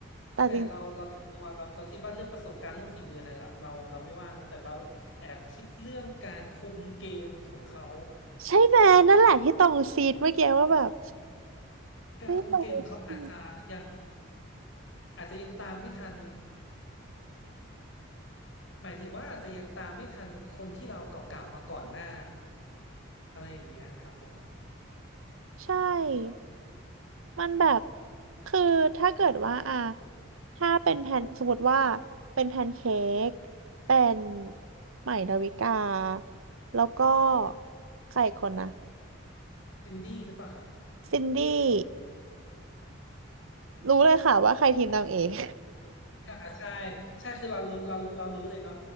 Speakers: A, on the right; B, on the left.
A: แต่จ
B: แต่เราเราส่วนตัวเราเราคิดว่าเรื่องประสบการณ์เรื่องฝีมืออะไรล่ะเราเราไม่ว่านะแต่เราแอบคิดเรื่องการคุมเกมของเขา
A: ใช่ไหมนั่นแหละที่ตรงซีดเมื่อกี้ว่าแบบ
B: การคุมเกมของเขาอาจจะยัง
A: ไม่รู้สิ
B: อาจจะยังตามไม่ทันหมายถึงว่าอาจจะยังตามไม่ทันคนที่เราเก่าๆมาก่อนหน้าอะไรอย่างเงี้ยครับผม
A: ใช่มันแบบคือถ้าเกิดว่าอ่ะถ้าเป็นแผ่นสมมติว่าเป็นแพนเค้กเป็นใหม่ดาวิกาแล้วก็ใครอีกคนนะ
B: ซินดี้หรือเปล่าครับ
A: ซินดี้รู้เลยค่ะว่าใครทีมนางเอก <laughs>
B: ค่ะใช่ใช่คือเรารู้เราเรารู้เลยเนาะ